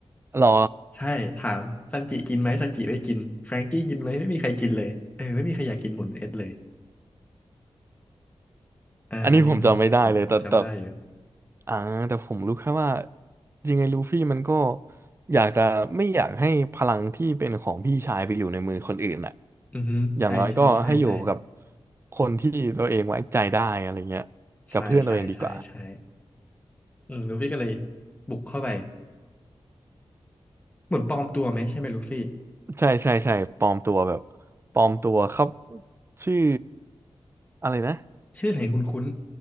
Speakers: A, on the right (about 25°); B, on the left (about 15°).
A: หรอ
B: ใช่ถามซันจิกินไหมซันจิไม่กินแฟรงกี้กินไหมไม่มีใครกินเลยเออไม่มีใครอยากกินหมุนเอ็ดเลยอ่าอันนี้ผมผมผมจำได้อยู่
A: อันนี้ผมจำไม่ได้เลยแต่แต่ อ่าแต่ผมรู้แค่ว่าจริงไงลูฟี่มันก็อยากจะไม่อยากให้พลังที่เป็นของพี่ชายไปอยู่ในมือคนอื่นแหละ
B: อือฮึใช่ใช่ใช่ใช่
A: อย่างน้อยก็ให้อยู่กับคนที่ตัวเองไว้ใจได้อะไรเงี้ยกับเพื่อนตัวเองดีกว่า
B: ใช่ใช่ใช่ใช่อืมลูฟี่ก็เลยบุกเข้าไปเหมือนปลอมตัวไหมใช่ไหมลูฟี่
A: ใช่ใช่ใช่ปลอมตัวแบบปลอมตัวครับชื่ออะไรนะ
B: ชื่อไหนคุ้น